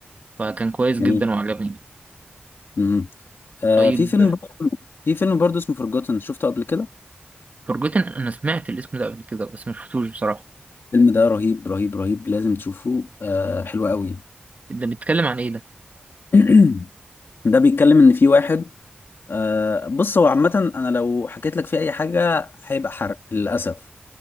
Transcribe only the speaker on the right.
فكان كويس
جدا وعجبني
طيب
فورجوتن انا سمعت الاسم ده قبل كده بس ما شفتوش بصراحه
ده بيتكلم عن ايه ده